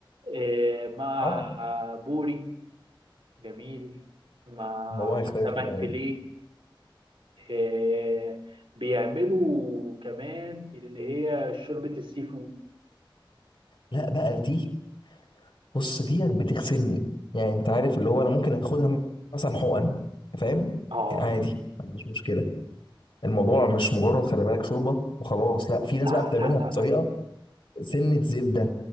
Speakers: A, on the right; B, on the left.
A: إيه مع
B: اه
A: بوري جميل مع
B: الموضوع هيختلف
A: سمك
B: تماما
A: فيليه آه بيعملوا كمان اللي هي شوربة السي فود
B: لا بقى دي بص ديت بتغسلني يعني انت عارف اللي هو انا ممكن اخدها مثلا حقن فاهم
A: اه
B: يعني عادي ما عنديش مشكله الموضوع مش مجرد خلي بالك شوربه وخلاص لا في
A: لا
B: ناس بقى بتعملها
A: لا
B: بطريقه
A: لا
B: سنه زبده